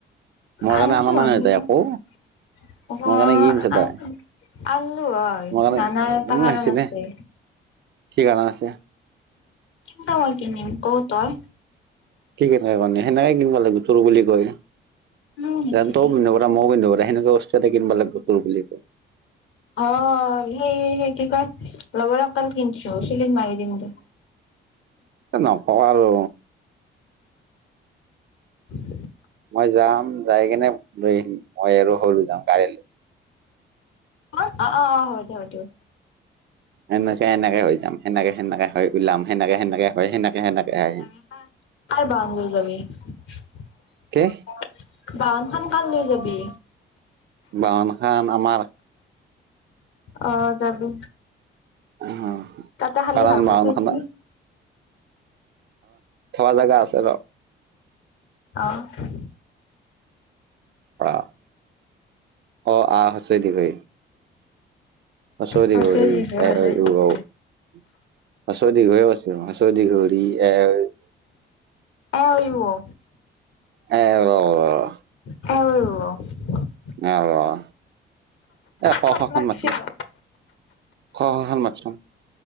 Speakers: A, on the right; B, on the left.
A: মোৰ
B: আনিছোঁ।
A: কাৰণে অনা নাই
B: অ',
A: নহয় তই একো মোৰ কাৰণে কি আনিছ
B: আ
A: তই
B: আনিলোঁ হয়,
A: মোৰ কাৰণে
B: নানাৰ এটা
A: উম,
B: কাৰণ
A: আহিছে
B: আছে।
A: দে কি কাৰণ আছে?
B: কিন্তহে কিনিম ক' তই?
A: কি কথা কওঁ কাৰে, সেনেকে কিনিব লাগে তোৰ বুলি কয়। জয়ন্তও
B: উম, চিটি
A: পিন্ধিব পৰা মইও পিন্ধিব পৰা সেনেকুৱা বস্তু এটা কিনিব লাগিব তোৰ বুলি কৈ।
B: অ' সেই সেই কি কয়, লবৰগ কাল কিনিছো। ফিলিং মাৰি দিম গে।
A: এ, নকৰোঁ আৰু।
B: <inaudible>
A: মই যাম যাই কেনে লৈ আহিম। মই আৰু সৰু যাওঁ কাইলে।
B: মৰ, অ', অ', অ' হব দে।
A: এনেকে এনেকে হৈ যাম, সেনেকে সেনেকে হয় ওলাম, সেনেকে সেনেকে হৈ সেনেকে সেনেকে আহি
B: হেনেকা, কাৰ বাহুৰজনী বাহনখন
A: কে
B: কাৰ লৈ যাবি?
A: বাহনখন আমাৰ।
B: অ' যাবি।
A: উম।
B: তাতে খালি
A: কাৰ
B: ভালকে
A: মাৰখান,
B: থৈ দিবি
A: থোৱা জাগা আছে। ৰ
B: অ'।
A: অ'। অ, আ, হশ্বৈ, দিৰগৈ। হচৌ,
B: হৈছে
A: দিৰগৌ, ৰি,
B: দিছে
A: এ,
B: হৈছে
A: অই,
B: দিছে।
A: ও, ঔ। হচৌ, দিৰগৌ আছে। হচৌ দিৰগৌ ৰি, এ
B: আয়ুও।
A: <unintelligible>
B: <unintelligible>
A: আৰু আৰু। এই ক,
B: চব
A: খখন
B: লাগছে
A: মাতচুন। খ,
B: ৰ।
A: খখন মাতচুন।